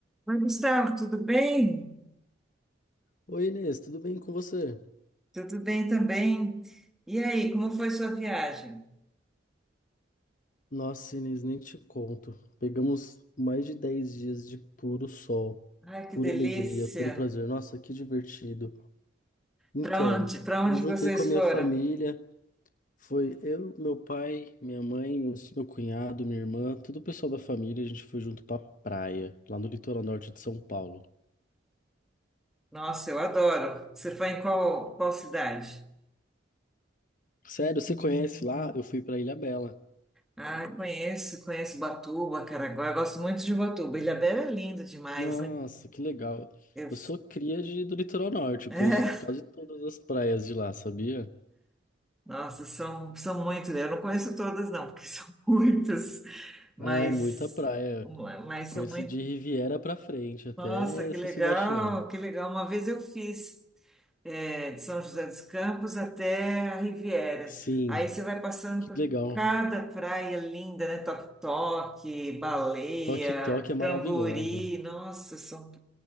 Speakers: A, in the centre; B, on the left (about 45°).
A: Oi, Gustavo, tudo bem?
B: Oi, Inês, tudo bem com você?
A: Tudo bem também. E aí, como foi sua viagem?
B: Nossa, Inês, nem te conto. Pegamos mais de 10 dias de puro sol,
A: Ai, que
B: pura
A: delícia!
B: alegria, puro prazer. Nossa, que divertido. Então,
A: Para onde, para onde
B: me juntei
A: que vocês
B: com a minha
A: foram?
B: família. Foi eu, meu pai, minha mãe, meus- meu cunhado, minha irmã, todo o pessoal da família. A gente foi junto pra praia, lá no litoral norte de São Paulo.
A: Nossa, eu adoro. Você foi em qual, qual cidade?
B: Sério, você conhece lá? Eu fui pra Ilha Bela.
A: Ah, eu conheço, conheço Batuba, Caraguá. Eu gosto muito de Batuba. Ilhabela é linda demais,
B: Nossa,
A: né?
B: que legal.
A: Eu,
B: Eu sou cria de, do litoral norte,
A: <laughs>
B: eu
A: é,
B: conheço quase todas as praias de lá, sabia?
A: nossa, são, são muitas. Eu não conheço todas, não, porque são <laughs> muitas, mas,
B: Ah, é muita praia.
A: mas são
B: Conheço
A: muitas.
B: de Riviera pra frente, até
A: Nossa, que
B: São
A: legal,
B: Sebastião.
A: que legal. Uma vez eu fiz é, de São José dos Campos até a Riviera.
B: Sim,
A: Aí você vai passando
B: que
A: por
B: legal.
A: cada praia linda, né? Toque-toque, baleia,
B: Toque Toque é maravilhosa.
A: Camburi. Nossa, são